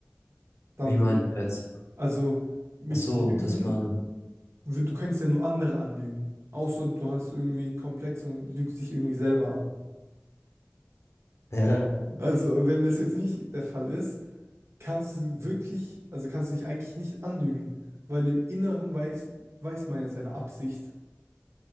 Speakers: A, on the right; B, on the left.
A: Dann,
B: Wie meint
A: wü-
B: ihr jetzt?
A: also mit
B: Ach so,
A: Lügen,
B: dass man,
A: wü- du könntest ja nur andere anlügen. Außer du hast irgendwie Komplex und lügst dich irgendwie selber an.
B: <laughs> ja,
A: Also, wenn das jetzt nicht der Fall ist, kannst du wirklich, also kannst du dich eigentlich nicht anlügen, weil im Inneren weiß, weiß man ja seine Absicht.